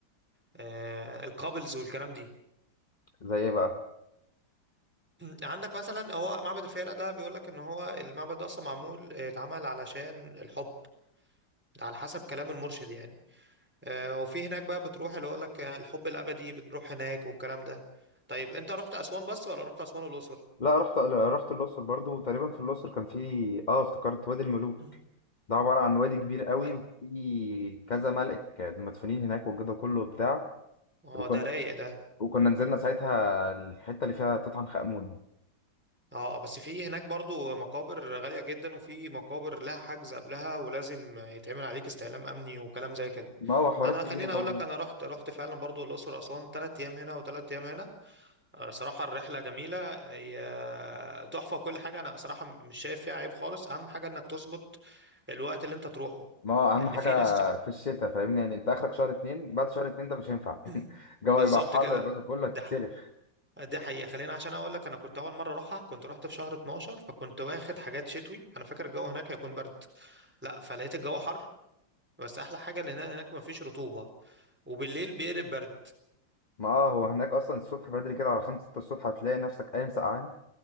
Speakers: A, in the centre; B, on the left (about 30°).
A: آه، الكابلز والكلام دي
B: زي ايه بقى
A: <clears throat> عندك مثلا هو معبد الفيلة ده بيقول لك ان هو المعبد ده اصلا معمول آه، اتعمل علشان الحب ده على حسب كلام المرشد يعني آه، وفي هناك بقى بتروح اللي يقول لك الحب الابدي بنروح هناك والكلام ده طيب انت رحت اسوان بس ولا رحت اسوان والاقصر
B: لا رحت رحت الاقصر برضو وتقريبا في الاقصر كان في اه افتكرت وادي الملوك
A: <clears throat>
B: ده عباره عن وادي كبير قوي
A: و...
B: وفي كذا ملك مدفونين هناك والجدع كله وبتاع
A: اه
B: وكنا
A: ده رايق ده
B: وكنا نزلنا ساعتها الحته اللي فيها تسعة امون
A: اه بس في هناك برضو مقابر غالية جدا وفي مقابر لها حجز قبلها ولازم يتعمل عليك استعلام امني وكلام زي كده
B: ما هو حوارات
A: انا
B: كبيره
A: خليني
B: طبعا
A: اقول لك انا رحت رحت فعلا برضو الاقصر واسوان ثلاث ايام هنا وثلاث ايام هنا آه، صراحة الرحلة جميلة هي تحفة وكل حاجة انا صراحة مش شايف فيها عيب خالص اهم حاجة انك تظبط الوقت اللي انت تروحه
B: ما هو اهم
A: يعني
B: حاجه
A: في ناس تح...
B: في الشتاء فاهمني يعني انت اخرك شهر اتنين بعد شهر اتنين ده مش هينفع
A: <clears throat>
B: <laughs> الجو
A: بالظبط
B: يبقى حر
A: كده
B: والجو كله هتتسلف
A: ده دي حقيقة خلينا عشان اقول لك انا كنت اول مرة اروحها كنت رحت في شهر 12 فكنت واخد حاجات شتوي انا فاكر الجو هناك هيكون برد لا فلقيت الجو حر بس احلى حاجة اللي هناك هناك مفيش رطوبة وبالليل بيقلب برد
B: ما اه هو هناك اصلا الصبح بدري كده على خمسة ستة الصبح هتلاقي نفسك قايم سقعان